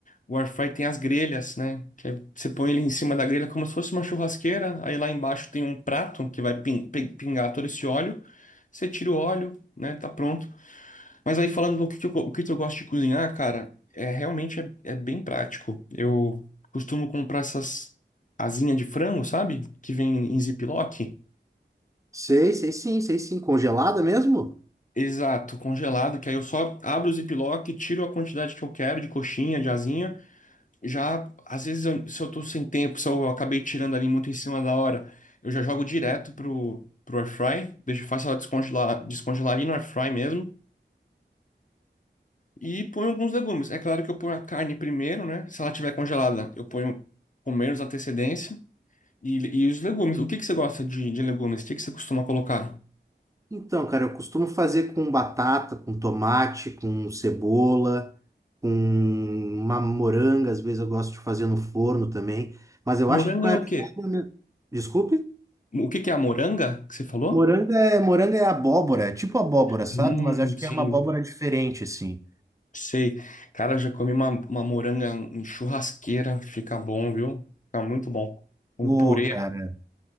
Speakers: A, on the left; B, on the right.
A: O air fry tem as grelhas, né? Que aí você põe ele em cima da grelha como se fosse uma churrasqueira. Aí lá embaixo tem um prato que vai pin- pin- pingar todo esse óleo. Você tira o óleo, né? Tá pronto. Mas aí falando do que, que eu, go- o que que eu gosto de cozinhar, cara, é realmente é, é bem prático. Eu costumo comprar essas asinhas de frango, sabe? Que vem em ziplock.
B: Sei, sei sim, sei sim. Congelada mesmo?
A: Exato, congelado, que aí eu só abro o ziplock, tiro a quantidade que eu quero de coxinha, de asinha. Já, às vezes, eu- se eu tô sem tempo, se eu acabei tirando ali muito em cima da hora, eu já jogo direto pro, pro air fry deixo, faço ela descongelar, descongelar ali no air fry mesmo, e ponho alguns legumes. É claro que eu ponho a carne primeiro, né? Se ela tiver congelada, eu ponho com menos antecedência, e, e os legumes. O que que você gosta de, de legumes? O que que você costuma colocar?
B: Então, cara, eu costumo fazer com batata, com tomate, com cebola, com uma moranga, às vezes eu gosto de fazer no forno também, mas eu
A: Moranga
B: acho que com a...
A: é
B: air
A: o quê?
B: fryer mesmo. Desculpe?
A: O que que é a moranga que você falou?
B: Moranga é, moranga é abóbora, é tipo abóbora, sabe?
A: Hum,
B: Mas acho que
A: sim.
B: é uma abóbora diferente, assim.
A: Sei. Cara, eu já comi uma, uma moranga em churrasqueira. Fica bom, viu? Fica muito bom. Um
B: Pô,
A: purê,
B: cara,
A: né? <laughs>